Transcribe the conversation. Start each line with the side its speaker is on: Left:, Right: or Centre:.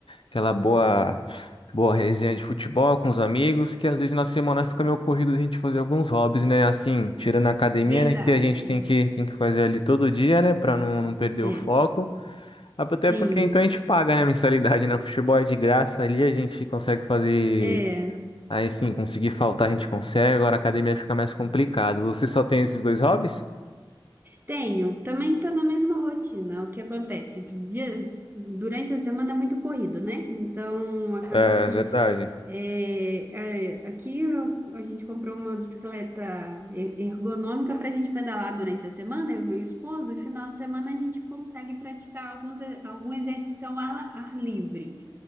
Left: aquela boa, boa resenha de futebol com os amigos, que às vezes na semana fica meio corrido a gente fazer alguns hobbies, né? Assim, tirando a academia,
Right: Verdade.
Left: né? Que a gente tem que, tem que fazer ali todo dia, né? Pra não, não perder
Right: É,
Left: o foco. Até
Right: sim.
Left: porque então a gente paga, né? A mensalidade, né? O futebol é de graça ali, a gente consegue fazer.
Right: É.
Left: Aí sim, conseguir faltar a gente consegue, agora a academia fica mais complicado. Você só tem esses dois hobbies?
Right: Tenho, também estou na mesma rotina. O que acontece? dia- Durante a semana é muito corrido, né? Então acaba
Left: É
Right: que
Left: verdade.
Right: é, é, aqui eu- a gente comprou uma bicicleta e- ergonômica para a gente pedalar durante a semana, eu e meu esposo, e final de semana a gente consegue praticar alguns, e- algum exercício ao ar, ar livre.